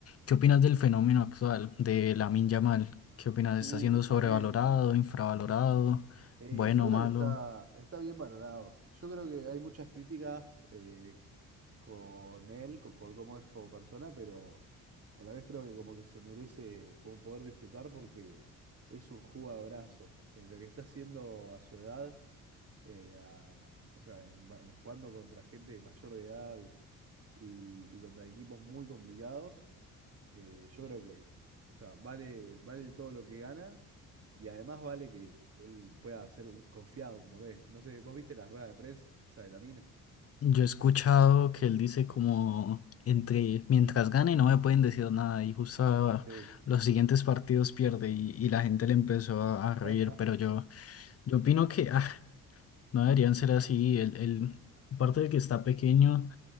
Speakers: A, on the left; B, on the right.
A: ¿Qué opinas del fenómeno actual de Lamine Yamal? ¿Qué opinas? ¿Está
B: Uy,
A: siendo sobrevalorado,
B: tremendo.
A: infravalorado,
B: Eh,
A: bueno,
B: yo creo
A: malo?
B: que está, está bien valorado. Yo creo que hay muchas críticas eh, con él co- por cómo es como persona, pero a la vez creo que como que se merece como poder disfrutar porque es un jugadorazo. Eh, lo que está haciendo a su edad, eh, a- o sea, en- en- jugando contra gente mayor de edad y, y contra equipos muy complicados, eh, yo creo que, o sea, vale, vale todo lo que gana y además vale que él pueda ser un confiado como lo es. No sé, ¿vos viste la rueda de prensa de la Lamine?
A: Yo he escuchado que él dice como entre mientras gane no me pueden decir nada y justo a-
B: Sí.
A: los siguientes partidos pierde y, y la gente le empezó a, a reír,
B: <laughs>
A: pero yo, yo opino que ah, no deberían ser así. El, el aparte de que está pequeño